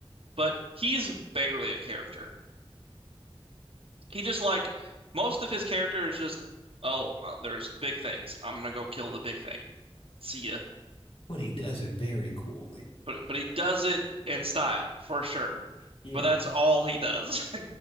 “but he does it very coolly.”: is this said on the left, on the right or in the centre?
Left